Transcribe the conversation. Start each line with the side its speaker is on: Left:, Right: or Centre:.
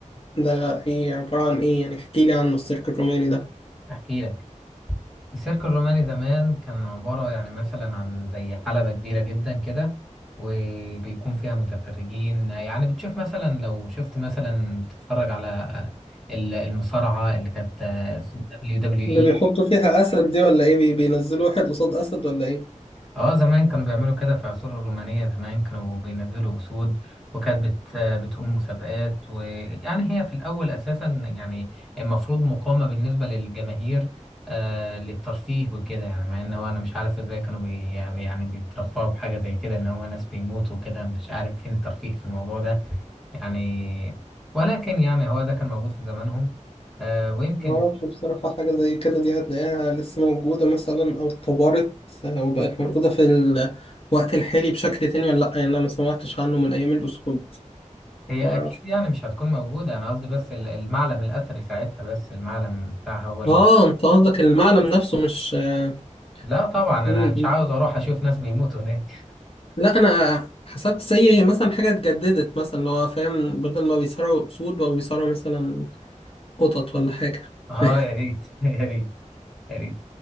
Left: ده إيه عبارة عن إيه يعني احكيلي عن السيرك الروماني ده
Centre: احكي لك السيرك الروماني زمان كان عبارة يعني مثلا عن زي حلبة كبيرة جدا كده وبيكون فيها متفرجين يعني بتشوف مثلا لو شفت مثلا بتتفرج على ال- المصارعة اللي كانت دبليو دبليو اي
Left: اللي بيحطوا فيها أسد دي ولا إيه بي- بينزلوا واحد قصاد أسد ولا إيه
Centre: اه زمان كانوا بيعملوا كده في العصور الرومانية زمان كانوا بينزلوا أسود وكانت بت بتقوم مسابقات ويعني هي في الأول أساسا يعني المفروض مقامة بالنسبة للجماهير آه للترفيه وكده يعني مع إن هو أنا مش عارف إزاي كانوا بي يعني بيترفعوا بحاجة زي كده إن هو ناس بيموتوا وكده مش عارف فين الترفيه في الموضوع ده يعني ولكن يعني هو ده كان موجود في زمانهم آه ويمكن
Left: معرفش بصراحة حاجة زي كده دي هتلاقيها لسه موجودة مثلا أو اتطورت آه، وبقت موجودة في الوقت الحالي بشكل تاني ولا لأ يعني أنا ما سمعتش عنه من أيام الأسود
Centre: هي
Left: معرفش
Centre: اكيد يعني مش هتكون موجوده انا قصدي بس ال- المعلم الاثري ساعتها بس المعلم بتاعها هو اللي
Left: آه
Centre: موجود.
Left: أنت قصدك المعلم نفسه مش آه،
Centre: لا طبعا انا
Left: مم.
Centre: مش عاوز اروح اشوف ناس بيموتوا هناك
Left: لا انا حسبت زي مثلا حاجه اتجددت مثلا اللي هو فاهم بدل ما بيصارعوا اسود بقوا بيصارعوا مثلا قطط ولا حاجه
Centre: <laughs>
Left: <laughs>
Centre: اه يا ريت <laughs> يا ريت يا ريت